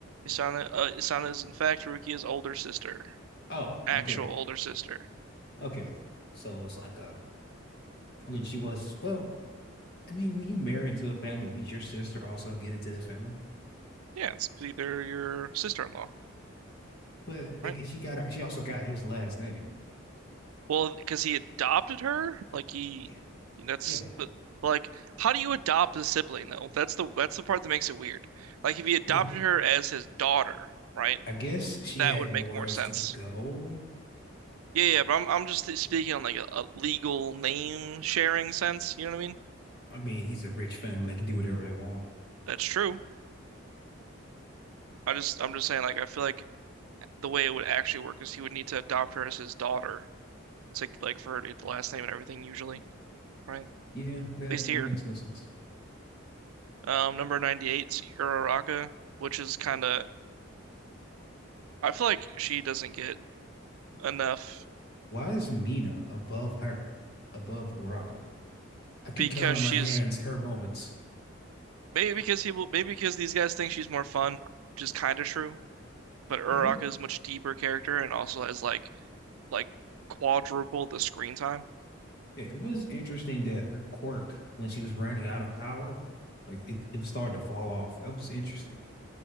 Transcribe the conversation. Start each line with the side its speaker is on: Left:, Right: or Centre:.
Right: Hisana uh, Hisana is in fact Rukia's older sister.
Left: Oh,
Right: Actual
Left: okay,
Right: older sister.
Left: okay. So it's like a. I mean, she was. Well, I mean, when you marry into a family, did your sister also get into that family?
Right: Yeah, it's either your sister-in-law,
Left: But they
Right: right?
Left: get, she got her. She also got his last name.
Right: Well, because he adopted her, like he
Left: Yeah,
Right: that's
Left: yeah,
Right: but like how do you adopt a sibling though? That's the that's the part that makes it weird. Like if he adopted
Left: yeah.
Right: her as his daughter, right?
Left: I guess she
Right: That
Left: had
Right: would make
Left: nowhere
Right: more
Left: else
Right: sense.
Left: to go.
Right: Yeah, yeah, but I'm I'm just speaking on like a, a legal name sharing sense. You know what I mean?
Left: I mean, he's a rich family. They can do whatever they want.
Right: That's true. I just I'm just saying like I feel like the way it would actually work is he would need to adopt her as his daughter to like for her to get the last name and everything usually, right? At
Left: Yeah, that,
Right: least
Left: that
Right: here.
Left: makes no sense.
Right: Um, number 98 's Uraraka, which is kind of I feel like she doesn't get enough
Left: Why is Mina above her, above Uraka? I can
Right: because
Left: count on
Right: she's
Left: my hands her moments.
Right: maybe because he will maybe because these guys think she's more fun, which is kind of true. But Uraraka
Left: Yeah.
Right: is a much deeper character and also has like like quadruple the screen time.
Left: It was interesting that her quirk, when she was running out of power, like it, it started to fall off. That was interesting.